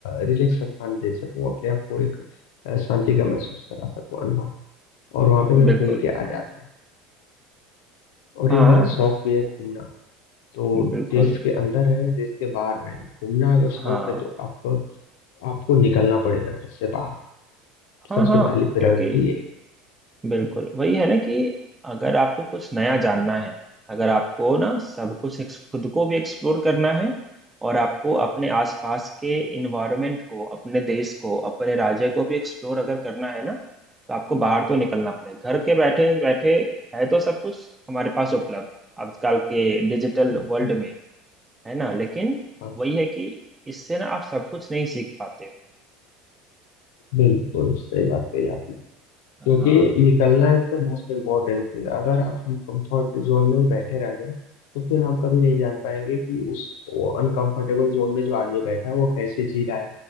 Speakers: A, on the left; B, on the right.
A: रिलैक्स स्थान दे सकूँ अपने आप को एक अ, शांति का महसूस करा सकूं अनुभव और वहां पे मैं
B: बिल्कुल
A: घूम के
B: बिल्कुल
A: आ जाता हूँ और
B: हाँ
A: ये मेरा शौक भी है घूमना तो
B: बिल्कुल
A: देश के अंदर रहें या देश के बाहर रहें घूमना अगर शौक
B: हाँ
A: है तो आप आपको निकलना पड़ेगा घर से बाहर
B: हाँ
A: सबसे
B: हाँ
A: पहली
B: क्योंकि
A: प्रायोरिटी ये है
B: बिल्कुल वही है ना कि अगर आपको कुछ नया जानना है अगर आपको ना सब कुछ एक्स- खुद को भी एक्सप्लोर करना है और आपको अपने आसपास के इन्वायरमेंट को अपने देश को अपने राज्य को भी एक्सप्लोर अगर करना है ना तो आपको बाहर तो निकलना पड़ेगा घर के बैठे बैठे है तो सब कुछ हमारे पास उपलब्ध आजकल के डिजिटल
A: बिल्कुल
B: वर्ल्ड में है ना लेकिन
A: हाँ,
B: वही है कि इससे ना आप सब कुछ नहीं सीख पाते
A: बिल्कुल सही बात कही आपने क्योंकि
B: हाँ
A: निकलना इसका मोस्ट इम्पोर्टेंट चीज है। अगर आप हम कंफर्ट जोन में ही बैठे रह गए तो फिर हम कभी नहीं जान पाएंगे कि उस वो अनकंफर्टेबल जोन में जो आदमी बैठा है वो कैसे जी रहा है